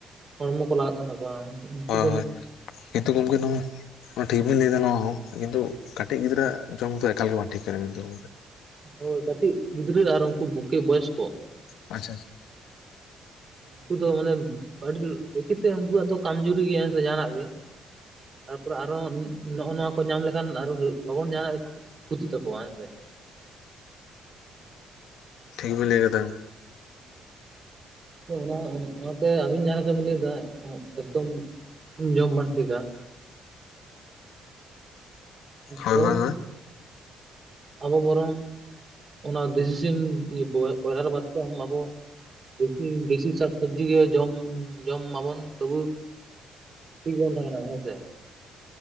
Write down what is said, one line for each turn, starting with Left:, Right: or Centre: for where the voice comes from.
Right: ᱦᱚᱲᱢᱚ ᱠᱚ ᱞᱟᱜᱟᱜ ᱠᱟᱱ ᱛᱟᱠᱚᱣᱟ ᱩᱱᱠᱩ
Left: ᱟᱭ
Right: ᱫᱚ ᱢᱟᱱᱮ
Left: ᱦᱤᱛᱚᱜ ᱜᱚᱝᱠᱮ ᱱᱚᱸ ᱱᱚᱣᱟ ᱴᱷᱤᱠ ᱵᱮᱱ ᱞᱟᱹᱭ ᱫᱟ ᱱᱚᱣᱟ ᱦᱚᱸ ᱠᱤᱱᱛᱩ ᱠᱟᱹᱴᱤᱡ ᱜᱤᱫᱽᱨᱟᱹ ᱡᱚᱢ ᱫᱚ ᱮᱠᱟᱞ ᱜᱮ ᱵᱟᱝ ᱴᱷᱤᱠ ᱟ ᱮᱠᱫᱚᱢ
Right: ᱦᱳᱭ ᱠᱟᱹᱴᱤᱡ ᱜᱤᱫᱽᱨᱟᱹ ᱟᱨ ᱩᱱᱠᱩ ᱵᱚᱠᱤ ᱵᱚᱭᱚᱥ ᱠᱚ
Left: ᱟᱪᱪᱷᱟ ᱟᱪᱷᱟ
Right: ᱩᱱᱠᱩ ᱫᱚ ᱢᱟᱱᱮ ᱟᱹᱰᱤ ᱵᱩᱠᱤ ᱛᱮ ᱩᱱᱠᱩᱣᱟᱜ ᱫᱚ ᱠᱟᱢᱡᱩᱨᱤ ᱜᱮᱭᱟ ᱦᱮᱸ ᱥᱮ ᱡᱟᱦᱟᱱᱟᱜ ᱜᱮ ᱛᱟᱨᱯᱚᱨᱮ ᱟᱨᱚ ᱱᱚᱜᱼᱚ ᱱᱚᱣᱟ ᱠᱚ ᱧᱟᱢ ᱞᱮᱠᱷᱟᱱ ᱟᱨᱚ ᱞᱚᱜᱚᱱ ᱡᱟᱦᱱᱟᱜ ᱠᱩᱫᱩ ᱛᱟᱠᱚᱣᱟ ᱦᱮᱸᱥᱮ
Left: ᱴᱷᱤᱠ ᱵᱤᱱ ᱞᱟᱹᱭ ᱠᱟᱫᱟ
Right: <inaudible> ᱚᱱᱟ ᱚᱱᱟᱛᱮ ᱟᱹᱵᱤᱱ ᱡᱟᱦᱟᱸ ᱞᱮᱠᱟ ᱵᱤᱱ ᱞᱟᱹᱭ ᱮᱫᱟ ᱮᱠᱫᱚᱢ ᱡᱚᱢ ᱵᱟᱝ ᱴᱷᱤᱠᱟ
Left: ᱦᱳᱭ
Right: ᱵᱚᱨᱚᱝ
Left: ᱦᱳᱭ ᱦᱳᱭ
Right: ᱟᱵᱚ ᱵᱚᱨᱚᱝ ᱚᱱᱟ ᱫᱮᱥᱤ ᱥᱤᱢ ᱵᱚᱭᱞᱟᱨ ᱵᱟᱫᱛᱮ ᱡᱚᱢ ᱢᱟᱵᱚ ᱵᱮᱥᱤ ᱫᱮᱥᱤ ᱥᱟᱠᱥᱚᱵᱡᱤ ᱜᱮ ᱡᱚᱢ ᱡᱚᱢ ᱢᱟᱵᱚᱱ ᱛᱚᱵᱩ ᱴᱷᱤᱠ ᱵᱚᱱ ᱛᱟᱦᱮᱱᱟ ᱦᱳᱭ ᱥᱮ